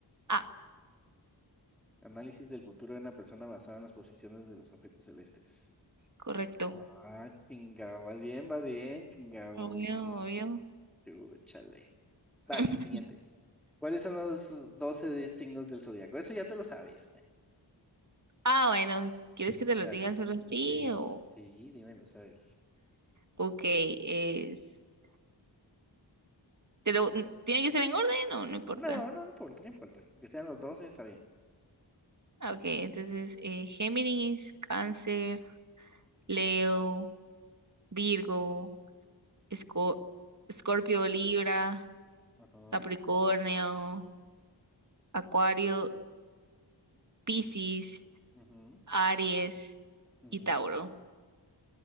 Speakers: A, on the right; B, in the centre.
A: Ah,
B: Análisis del futuro de una persona basado en las posiciones de los objetos celestes.
A: correcto.
B: Ah, chingado, va bien, va bien, chingado.
A: Obvio, obvio.
B: Chúchale. Vale,
A: <laughs>
B: siguiente. ¿Cuáles son los 12 de- signos del zodiaco? Eso ya te lo sabes. ¿eh?
A: Ah, bueno, ¿quieres que
B: Vale.
A: te lo diga solo así
B: Sí,
A: o...?
B: sí, dímelo, a ver.
A: Ok, es... ¿Te lo... n- ¿Tiene que ser en orden o no importa?
B: No, no, no importa, no importa. Que sean los doce está bien.
A: Ah, Ok, entonces eh, Géminis, Cáncer, Leo, Virgo, Esco- Escorpio, Libra,
B: Ajá,
A: Capricornio, Acuario, Piscis,
B: ujú,
A: Aries
B: ujú.
A: y Tauro.